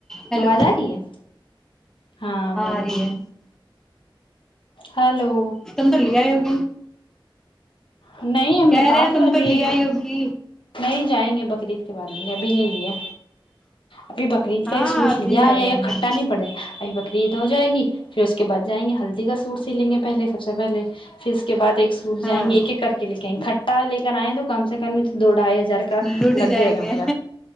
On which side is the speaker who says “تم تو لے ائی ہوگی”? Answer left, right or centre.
Centre